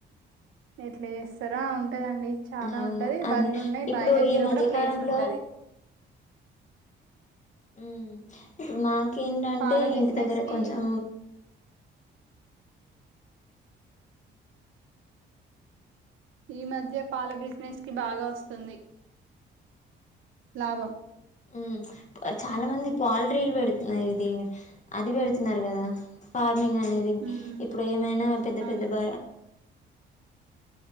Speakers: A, on the right (about 80°); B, on the left (about 35°).
A: ఎట్లా జేస్తరా ఉ ఉంటదండి చాలా
B: అవును
A: ఉంటది
B: అ
A: బర్రెలు ఉన్నాయి
B: ఇప్పుడు
A: బాయి దగ్గర
B: ఈ మధ్యకాలంలో
A: కూడా ప్లేస్ ఉంటది
B: ఉ ఇ మాకేంటంటే
A: పాల బిజినెస్
B: ఇంటి దగ్గర
A: కి
B: కొంచెం
A: ఈ మధ్య పాల బిజినెస్ కి బాగా వస్తుంది లాభం
B: ఊ చాలా మంది పౌల్ట్రీలు పెడుతున్నారు ఇది అది పెడుతున్నారు కదా ంగ్ అనేది
A: ఉమ్
B: ఇప్పుడు ఏమైనా పెద్ద పెద్ద
A: అవును
B: బ